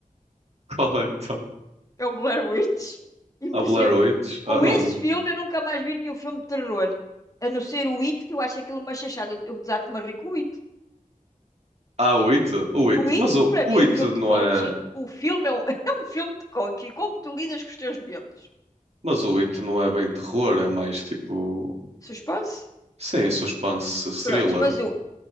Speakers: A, on the right; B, on the left.
A: <laughs> Qual é então?
B: É o Blair Witch. <laughs> Impressionante.
A: A Blair Witch?
B: Com
A: Ah, não.
B: esse filme, eu nunca mais vi nenhum filme de terror. A não ser o It, que eu acho aquilo uma chachada. Eu eu desato-me a rir com o It.
A: Há oito? O oito.
B: O
A: Mas
B: It,
A: o
B: para
A: o
B: mim,
A: oito
B: é um filme
A: não
B: de coaching.
A: é.
B: O filme é um, <laughs> é um filme de coaching. Como tu lidas com os teus medos?
A: Mas o oito não é bem terror, é mais tipo.
B: Suspense?
A: Sim, suspense
B: Prontos,
A: thriller.
B: mas o.